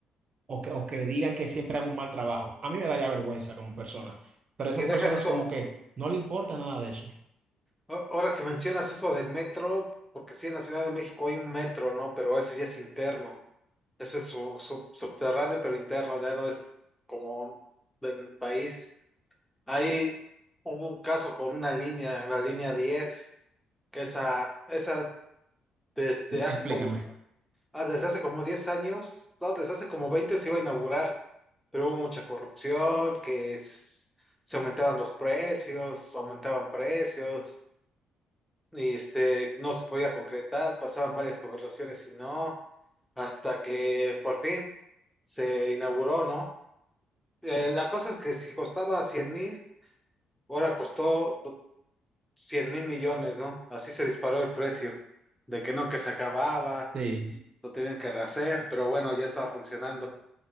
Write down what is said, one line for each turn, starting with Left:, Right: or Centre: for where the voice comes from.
Right: o que, o que digan que siempre hago un mal trabajo. A mí me daría vergüenza como persona, pero esas
Centre: Y deja
Right: personas
Centre: eso.
Right: como que no le importa nada de eso.
Centre: a- Ahora que mencionas eso del metro, porque sí, en la Ciudad de México hay un metro, ¿no? Pero ese ya es interno. Ese es su, su- subterráneo, pero interno, ya no es como del país. Ahí hubo un caso con una línea, la línea diez que esa, esa desde hace
Right: Explícame.
Centre: como Ah, desde hace como 10 años, no, desde hace como 20 se iba a inaugurar, pero hubo mucha corrupción, que s- se aumentaban los precios, aumentaban precios, y este, no se podía concretar, pasaban varias conversaciones y no, hasta que por fin se inauguró, ¿no? Eh, la cosa es que si costaba cien mil, ahora costó do- 100 mil millones, ¿no? Así se disparó el precio, de que no, que se acababa,
Right: Sí.
Centre: lo tenían que rehacer, pero bueno, ya estaba funcionando.